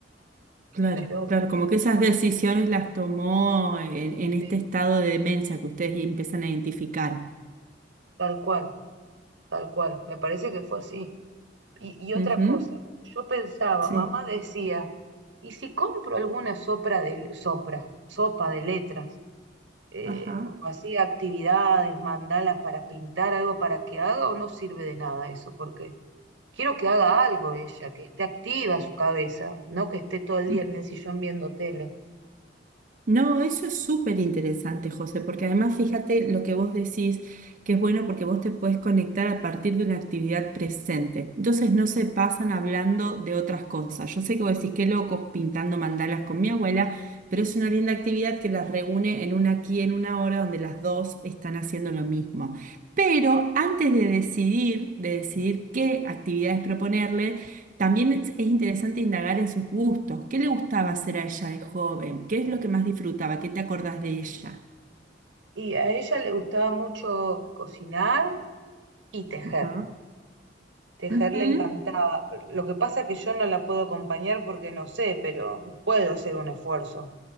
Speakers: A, on the right; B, on the right.
A: Claro,
B: pero
A: claro, como que esas decisiones las tomó en, en este
B: Sí.
A: estado de demencia que ustedes empiezan a identificar.
B: tal cual, tal cual, me parece que fue así. Y, y otra
A: Ujú,
B: cosa, yo pensaba,
A: Sí.
B: mamá decía, ¿y si compro alguna sopra de, sopra, sopa de letras? Eh,
A: Ajá.
B: no, hacía actividades, mandalas para pintar algo para que haga o no sirve de nada eso, porque Quiero que haga algo ella, que esté activa su cabeza, no que esté todo el
A: ujú,
B: día en el sillón viendo tele.
A: No, eso es súper interesante, José, porque además fíjate lo que vos decís, que es bueno porque vos te puedes conectar a partir de una actividad presente. Entonces no se pasan hablando de otras cosas. Yo sé que vos decís qué locos pintando mandalas con mi abuela, pero es una linda actividad que las reúne en una aquí en una hora donde las dos están haciendo lo mismo. Pero antes de decidir, de decidir qué actividades proponerles, también es es interesante indagar en sus gustos. ¿Qué le gustaba hacer a ella de joven? ¿Qué es lo que más disfrutaba? ¿Qué te acordás de ella?
B: Y a ella le gustaba mucho cocinar y tejer.
A: Ajá.
B: Tejer
A: Ujú,
B: le encantaba. Lo que pasa es que yo no la puedo acompañar porque no sé, pero puedo hacer un esfuerzo